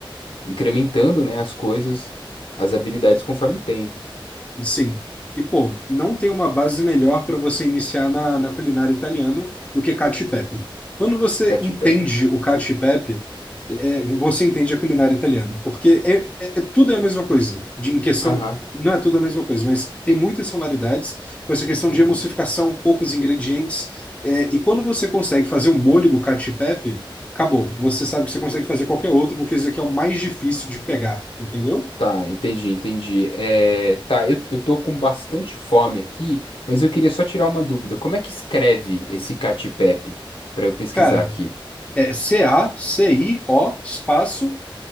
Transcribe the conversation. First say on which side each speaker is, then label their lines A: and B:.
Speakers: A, on the left; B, on the left.
A: incrementando, né, as coisas, as habilidades conforme o tempo.
B: Sim. E, pô, não tem uma base melhor para você iniciar na, na culinária italiana do que cacio e pepe. Quando você
A: Caty
B: entende
A: Pepe.
B: o cacio e pepe, é, você entende a culinária italiana, porque é, é- é- tudo é a mesma coisa. De, em questão,
A: Aham,
B: não é tudo a mesma coisa, mas tem muitas similaridades com essa questão
A: aham.
B: de emulsificação, poucos ingredientes. é, e quando você consegue fazer o molho do cacio e pepe, acabou. Você sabe que você consegue fazer qualquer outro, porque isso aqui é o mais difícil de pegar, entendeu?
A: Tá, entendi, entendi. É, tá, eu, eu tô com bastante fome aqui, mas eu queria só tirar uma dúvida. Como é que escreve esse Cacio e Pepe? Pra eu pesquisar
B: Cara,
A: aqui.
B: É C-A-C-I-O espaço